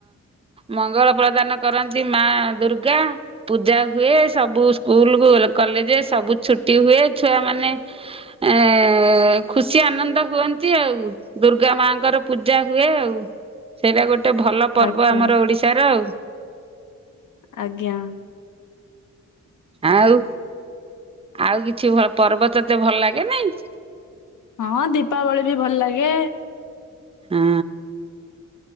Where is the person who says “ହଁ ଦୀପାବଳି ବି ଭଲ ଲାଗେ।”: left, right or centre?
Left